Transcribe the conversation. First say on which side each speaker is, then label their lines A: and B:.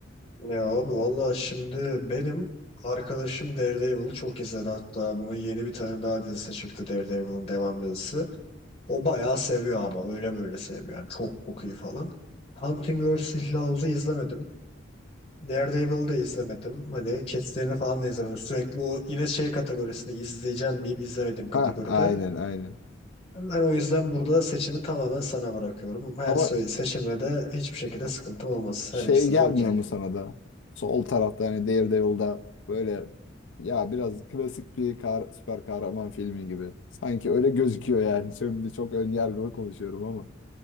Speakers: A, on the left; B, on the left.
A: Ya abi valla şimdi benim arkadaşım Daredevil'ı çok izledi. Hatta bunun yeni bir tane daha dizisi çıktı Daredevil'ın devam dizisi. O bayağı seviyor ama öyle böyle sevmiyor. Yani çok çok iyi falan. Hunting vs. Hill House'u izlemedim. Daredevil'ı da izlemedim. Hani kesitlerini falan da izlemedim. Sürekli o yine şey kategorisini izleyeceğim deyip izlemediğim kategoride.
B: Ha, aynen aynen.
A: Ben o yüzden burada seçimi tamamen sana bırakıyorum. Her
B: Ama
A: se- seçimle de hiçbir şekilde sıkıntım olmaz.
B: şey
A: Her ikisine
B: gelmiyor
A: de okeyim.
B: mu sana da? Sol tarafta hani Daredevil'da böyle ya biraz klasik bir kar, süper kahraman filmi gibi. Sanki öyle gözüküyor yani. <laughs> Şimdi çok ön yargılı konuşuyorum ama.